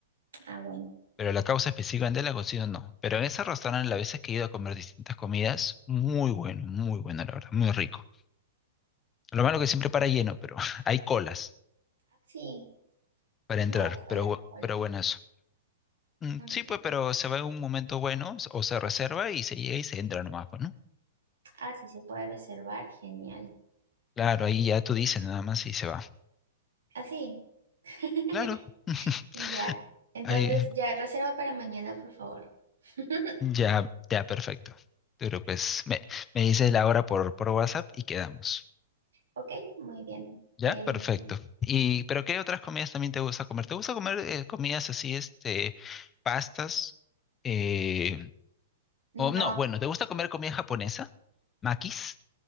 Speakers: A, on the right (about 80°); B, on the left (about 20°).
A: Ah, bueno.
B: Pero la causa específicamente la consigo no. Pero en ese restaurante, las veces que he ido a comer distintas comidas, muy bueno, muy bueno, la verdad, muy rico. Lo malo que siempre para lleno, pero <laughs> hay colas
A: Ah, Sí,
B: para
A: no
B: entrar,
A: me gustan
B: pero,
A: las
B: bu-
A: colas.
B: pero buenas. Mm,
A: No me-
B: Sí, pues, pero se va en un momento bueno, s- o se reserva y se llega y se entra nomás, pues, ¿no?
A: Ah, sí, se puede reservar. Genial.
B: Claro, ahí ya tú dices nada más y se va.
A: Ah, sí. <laughs>
B: Claro, <laughs>
A: Ya. Entonces,
B: ahí
A: ya, reserva para mañana, por favor. <laughs>
B: ya, ya, perfecto. Pero pues me, me dices la hora por, por WhatsApp y quedamos.
A: Ok, muy bien.
B: Ya,
A: Em,
B: perfecto. Y, pero ¿qué otras comidas también te gusta comer? ¿Te gusta comer eh, comidas así, este, pastas? Eh,
A: no.
B: o no, bueno, ¿te gusta comer comida japonesa? ¿Makis?